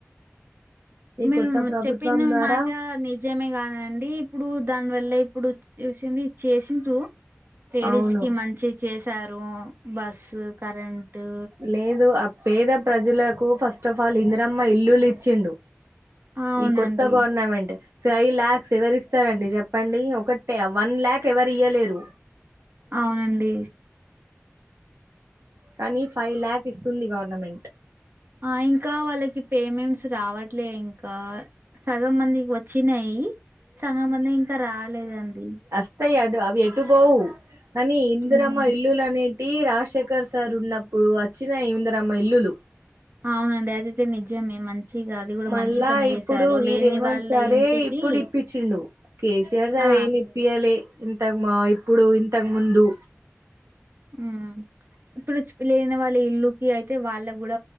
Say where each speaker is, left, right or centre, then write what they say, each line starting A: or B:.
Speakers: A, on the right (about 60°); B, on the right (about 45°).
A: ఈ
B: మీరు
A: కొత్త ప్రభుత్వం
B: చెప్పిన
A: ద్వారా
B: మాట <unintelligible> విజమే గానండి ఇప్పుడు దాన్వల్ల ఇప్పుడు చూసింది చేసింన్రూ లేడీస్కి
A: అవును
B: మంచి చేసారు బస్సు కరెంటు
A: లేదు ఆ పేద ప్రజలకు ఫస్ట్ ఆఫ్ ఆల్ ఇం <unintelligible> రమ్మ ఇల్లులు ఇచ్చిండు
B: అవునండి
A: ఈ కొత్త గవర్నమెంట్ ఫైవ్ ల్యాక్స్ ఎవరు ఇస్తారండి చెప్పండి ఒకటే వన్ ల్యాక్ ఎవరు ఇయ్యలేరు
B: అవునండి
A: కానీ ఫైవ్ ల్యాక్ ఇస్తుంది గవర్నమెంట్
B: ఆ ఇంక వాళ్ళకి పేమెంట్స్ రావట్లే ఇంక సగం మందికి వచ్చినాయి సగం మందికి ఇంక రాలేదండి
A: త్తాయి అ అవి ఎటు పోవు కానీ ఇందిరమ్మ
B: ఉమ్
A: ఇల్లులు అని టి రాజశేఖర్ సార్ ఉన్నప్పుడు వచ్చినాయ్ ఇందరమ్మ ఇల్లులు
B: అవునండి అదైతే నిజమే మంచిగా అది కూడా
A: మళ్ళా
B: మంచి పని చేసారు
A: ఇప్పుడు
B: లేని
A: ఈ రేవంత్
B: వాళ్ళ
A: సారే
B: ఇంటికి
A: ఇప్పుడు ఇప్పించిండు కేసీఆర్ సార్
B: ఆ
A: ఏమి ఇప్పయాలే ఇంత మా ఇప్పుడు ఇంతకు ముందు
B: ఉ ఇప్పుడు లేని వాళ్ళ ఇల్లుకి అయితే వాళ్ళ కూడ